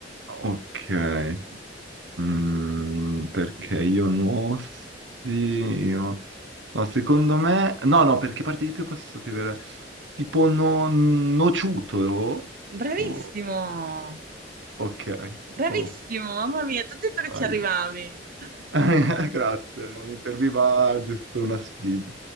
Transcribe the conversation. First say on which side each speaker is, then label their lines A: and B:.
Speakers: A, on the right; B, on the right.
A: Ok. Mm, perché io no, sì, io- no, secondo me, no, no, perché parte di più posso dire, tipo no, nociuto,
B: Bravissimo!
A: o- ok,
B: Bravissimo,
A: oh,
B: mamma mia, ti ho detto che
A: dai.
B: ci arrivavi. <laughs>
A: <laughs> Grazie, mi serviva giusto una sfida,